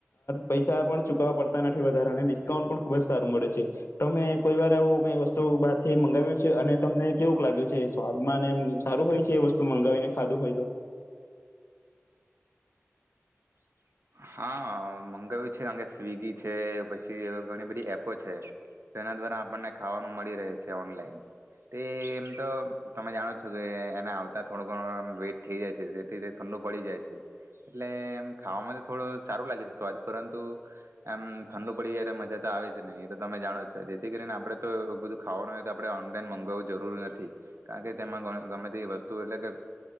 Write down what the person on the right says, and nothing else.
હા મંગાવ્યું છે કારણ કે સ્વિગી છે પછી ઘણી બધી એપો છે, તો એના દ્વારા આપણને ખાવાનું મળી રહે છે ઓનલાઈન, તે એમ તો તમે જાણો છો કે એને આવતા થોડો ઘણો વેઇટ થઈ જાય છે તેથી તે ઠંડુ પડી જાય છે, એટલે એમ ખાવામાં તો થોડું સારું લાગે છે સ્વાદ પરંતુ, એમ ઠંડુ પડી જાય તો મજા તો આવે જ નહી એ તો તમે જાણો છો જેથી કરીને આપણે તો એ બધું ખાવાનું હોય તો આપણે ઓનલાઈન મગાવવું જરૂરી નથી, કારણ કે તેમાં ગમે તે વસ્તુ એટલે કે